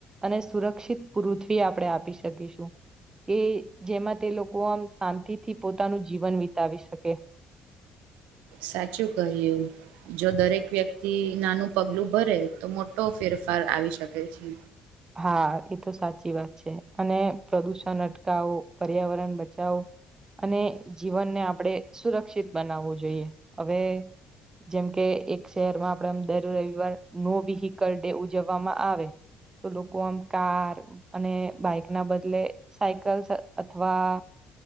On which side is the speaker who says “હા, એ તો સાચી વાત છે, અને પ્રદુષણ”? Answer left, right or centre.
Right